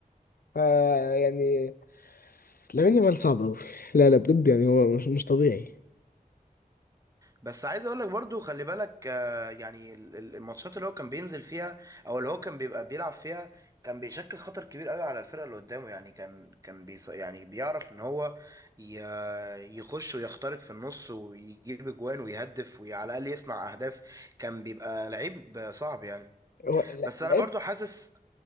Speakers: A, on the left; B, on the right.
A: فا يعني لامين يامال صعب قوي لا لا بجد يعني هو مش مش طبيعي
B: بس عايز اقول لك برضو خلي بالك آه، يعني ال- ال- الماتشات اللي هو كان بينزل فيها او اللي هو كان بيبقى بيلعب فيها كان بيشكل خطر كبير قوي على الفرقه اللي قدامه يعني كان كان بيص يعني بيعرف ان هو ي- يخش ويخترق في النص ويجيب اجوان ويهدف وعلى الاقل يصنع اهداف كان بيبقى لعيب صعب يعني
A: هو لا-
B: بس
A: لعيب
B: انا برضو حاسس